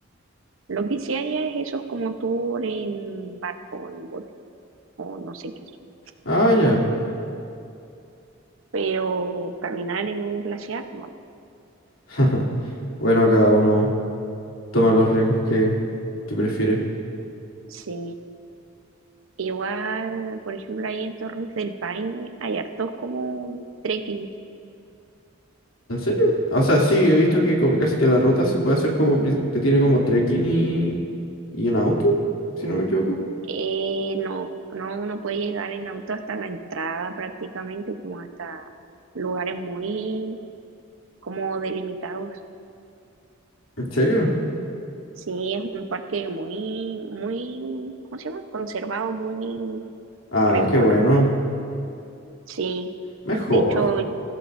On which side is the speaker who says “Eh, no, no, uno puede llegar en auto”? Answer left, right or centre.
Right